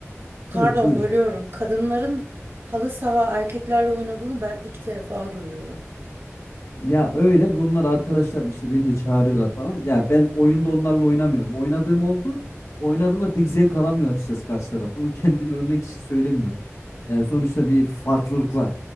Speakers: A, on the right; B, on the left.
A: pardon
B: evet buyur.
A: bölüyorum. Kadınların halı saha erkeklerle oynadığını ben ilk defa duyuyorum.
B: Ya öyle bunlar arkadaşlar işte beni de çağırıyorlar falan. Ya ben oyunda onlarla oynamıyorum. Oynadığım oldu. Oynadığımda pek zevk alamıyor açıkçası karşı taraf. Bunu kendimi övmek için söylemiyorum. E, sonuçta bir farklılık var.